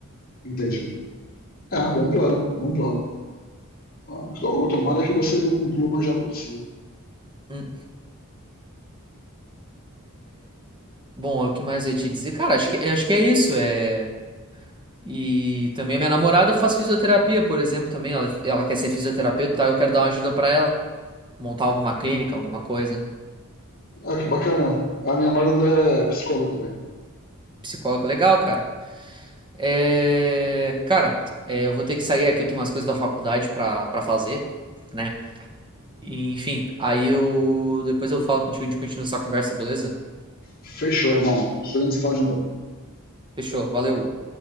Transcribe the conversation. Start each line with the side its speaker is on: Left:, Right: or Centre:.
Left: Entendi. É, bom plano, bom plano. Ah, então, Tomara que você conclua o mais rápido possível.
Right: Hum, Bom, o que mais eu ia te dizer? Cara, acho que, acho que é isso. É. E também a minha namorada faz fisioterapia, por exemplo, também. Ela, ela quer ser fisioterapeuta e tal. Eu quero dar uma ajuda pra ela. Montar alguma clínica, alguma coisa.
Left: Ah, que bacana. A minha namorada é psicóloga também.
Right: Psicólogo, legal, cara. É, cara, é, eu vou ter que sair aqui. Eu tenho umas coisas da faculdade pra, pra fazer, né? E, enfim, aí eu. Depois eu falo contigo e a gente continua essa conversa, beleza?
Left: Fechou, irmão. Podemos falar de novo.
Right: Fechou, valeu.